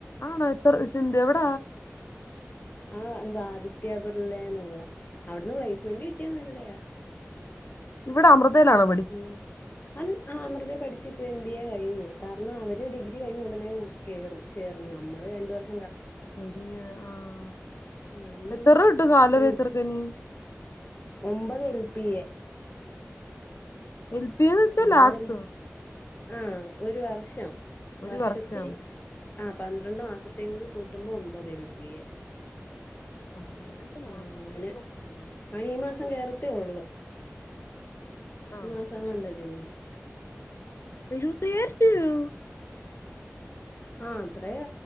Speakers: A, on the left; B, on the left.
A: ആണോ എത്ര യിസന്റെ എവിട
B: ആഹ് എന്താ ആദിത്യബിർലേ ന്നുള്ളെ അവിടുന്ന് വേസ്മെന്റ് കിട്ടിയനല്ലയാ.
A: ഇവിടെ അമൃതേൽ ആണോ?
B: ഉം അൻ അമൃതെ പഠിച്ച് ഇപ്പം എം ബി എ കഴിഞ് കാരണം അവര് ഡിഗ്രി കഴിഞ്ഞ് ഉടനെ മു കേറും. ചേർന്ന് അമ്മൾ രണ്ട് വർഷ്
A: <unintelligible>
B: അതിന്
A: <inaudible>
B: ഒമ്പത് എൽ പി എ.
A: എൽപി എന്ന് വെച്ചാൽ
B: ഒമ്പത്
A: ലാഡ്സ്.
B: എൽ ആഹ് ഒരു വർഷം
A: ഒരു
B: വർഷത്തി
A: വർഷം
B: ആ പന്ത്രണ്ട് മാസത്തേും കൂടി കൂട്ടുമ്പോ ഒമ്പത് എൽപി
A: <inaudible>
B: ആങ്ങനെ
A: കൂടെ കിട്ടുമ്പോ
B: ആ ഈ മാസം കേറത്തെ ഉള്ളു. <unintelligible>
A: ആഹ് എഴുവതയ്യായിരം രൂപ്യോ
B: ആ അത്രേയ